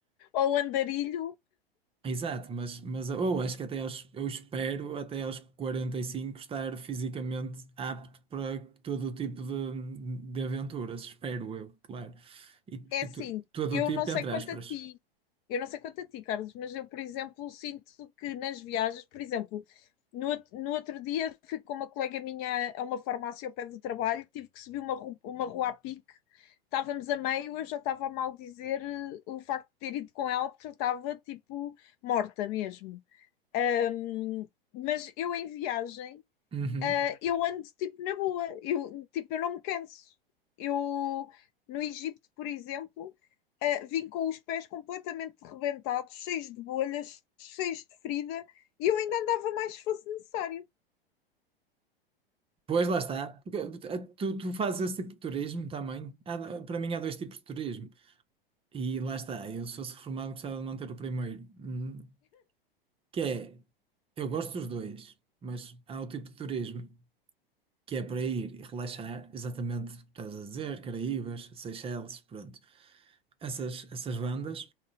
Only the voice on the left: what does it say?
Ou andarilho
é
assim,
eu
não sei
quanto
a ti, eu não sei quanto a ti, Carlos, mas eu, por exemplo, sinto que nas viagens, por exemplo, no, out- no outro dia fui com uma colega minha a uma farmácia ao pé do trabalho, tive que subir uma, ru- uma rua a pique, estávamos a meio, eu já estava a maldizer eh, o facto de ter ido com ela, porque eu estava tipo morta mesmo. Ahm, mas eu em viagem
eu ando tipo na boa, eu, tipo, eu não me canso. Eu no Egito, por exemplo, eh, vim com os pés completamente rebentados, cheios de bolhas, cheios de ferida, e eu ainda andava mais se fosse necessário.